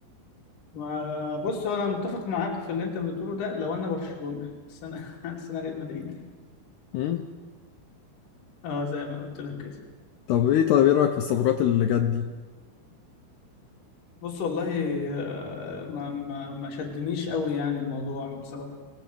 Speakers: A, on the left; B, on the left.
A: وبص هو انا متفق معاك في اللي انت بتقوله ده لو انا برشلونه بس انا <laughs> بس انا ريال مدريد
B: امم
A: اه زي ما قلت لك كده
B: طب ايه طيب ايه رأيك في الصفقات اللي جت دي؟
A: بص والله آه، ما ما ما شدنيش قوي يعني الموضوع بصراحة